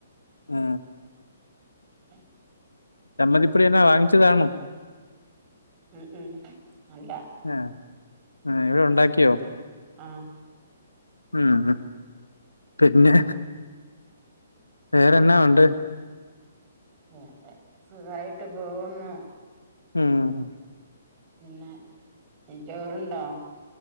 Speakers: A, on the left (about 80°); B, on the right (about 30°).
A: ആ
B: <inaudible>
A: ചമ്മന്തിപൊടി എന്നാ വാങ്ങിച്ചതാണോ
B: ഉം ഉം അല്ല
A: ആ ആ ഇവിടെ ഉണ്ടാക്കിയോ
B: ആ
A: ഉം പിന്നെ വേറെന്നാ വുണ്ട്
B: വേറെ സുഖായിട്ട് പോകുന്നു
A: ഉം
B: പിന്നെ ചോറുണ്ടോ